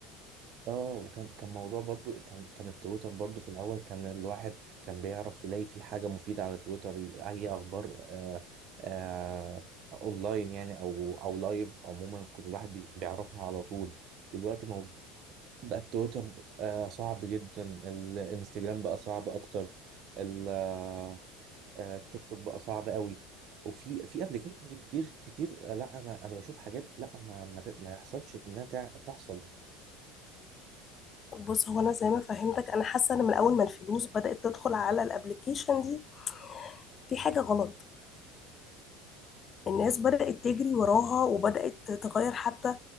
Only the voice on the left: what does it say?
بص هو انا زي ما فهمتك انا حاسه ان من اول ما الفلوس بدات تدخل على الابليكيشن دي في حاجه غلط الناس بدات تجري وراها وبدات تغير حتى